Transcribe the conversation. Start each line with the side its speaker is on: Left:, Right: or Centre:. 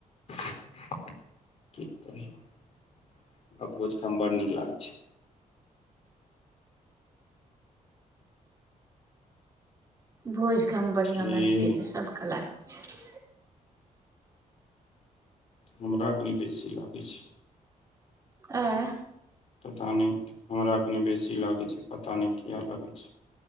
Left: <inaudible> की कहियौ <inaudible> आ भोज खाइमे बड़ नीक लागै छै।
Right: भोज खाइमे
Left: बुझलियै
Right: बढ़ियां लैगते छै, सब के लागै छै
Left: हमरा कनी बेसी लागै छै।
Right: एं?
Left: पता नै, हमरा कनी बेसी लागेै छै, पता नै किए लागेै छै।